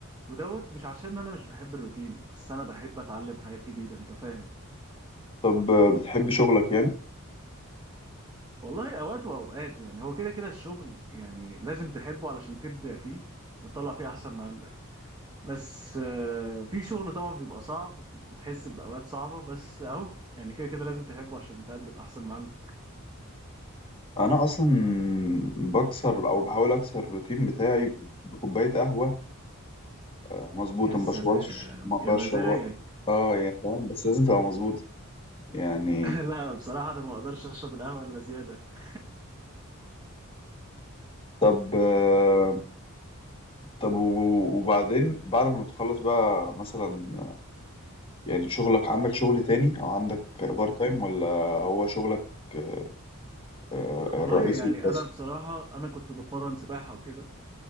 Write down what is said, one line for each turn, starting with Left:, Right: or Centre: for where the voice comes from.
Right: ودوت مش عشان انا مش بحب الروتين بس انا بحب اتعلم حاجات جديده انت فاهم
Left: طب آه، بتحب شغلك يعني
Right: والله اوقات واوقات يعني هو كده كده الشغل يعني لازم تحبه علشان تبدع فيه وتطلع فيه احسن ما عندك بس آه، في شغل طبعا بيبقى صعب بتحس بأوقات صعبة بس اهو يعني كده كده لازم تحبه عشان تقدم احسن ما عندك
Left: انا اصلا بكسر او بحاول اكسر الروتين بتاعي بكوبايه قهوه آه، مظبوطه
Right: يا سلام
Left: ما بشربهاش ما
Right: يا
Left: بشربها
Right: مزاجك
Left: اه يعني فاهم بس لازم تبقى مظبوطه يعني
Right: <laughs> لا بصراحة انا ما اقدرش اشرب القهوة الا زيادة <laughs>
Left: طب آه، طب و- وبعدين بعد ما بتخلص بقى مثلا آه، يعني شغلك عندك شغل تاني او عندك بار تايم ولا هو شغلك آه، آه،
Right: والله
Left: الرئيسي
Right: يعني
Left: بس
Right: انا بصراحة انا كنت بتمرن سباحة وكده